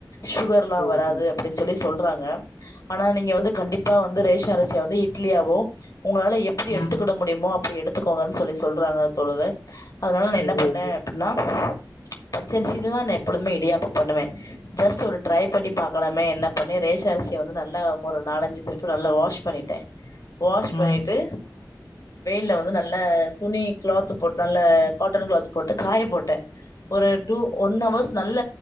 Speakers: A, on the left; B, on the left.
A: சுகர்
B: அதுதான்
A: எல்லா வராது அப்படின் சொல்லி சொல்றாங்க ஆனா நீங்க வந்து கண்டிப்பா வந்து ரேஷ அரிசியா வந்து இட்லியாவோ உங்களால எப்படி
B: ம்
A: எடுத்துக்கிட முடியுமோ அப்படி எடுத்துக்கோங்கன் சொல்லி சொல்றாங்க தோழரே அதனால நான்
B: ம்
A: என்ன பண்ண அப்பன்னா பச்சரிசியிலதா நா எப்பொழுமே இடியாப்ப பண்ணுவே ஜஸ்ட் ஒரு ட்ரை பண்ணி பாக்கலாமே என்ன பண்ணி ரேஷ அரிசிய வந்து நல்லா ஒரு நாலஞ்சு திருப்பு நல்லா வாஷ் பண்ணிட்ட வாஷ்
B: ம்
A: பண்ணிட்டு வெயில்ல வந்து நல்ல துணி கிளாத் போட்டு நல்ல காட்டன் கிளாத் போட்டு காய போட்டே ஒரு டூ ஒன் அவர்ஸ் நல்ல